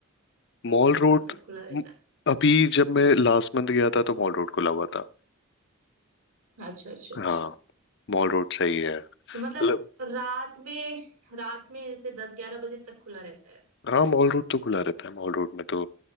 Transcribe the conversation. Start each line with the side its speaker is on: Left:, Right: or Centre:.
Right: मतलब
Left: मॉल
Right: कब
Left: रोड
Right: से कब तक खुला रहता
Left: म- अभी जब मैं लास्ट मंथ गया था तो मॉल रोड खुला हुआ था
Right: है अच्छा अच्छा अच्छा
Left: हाँ मॉल रोड सही है मतलब
Right: तो मतलब रात में रात में जैसे दस ग्यारह बजे तक खुला रहता है
Left: हाँ मॉल रोड तो खुला रहता है मॉल रोड में तो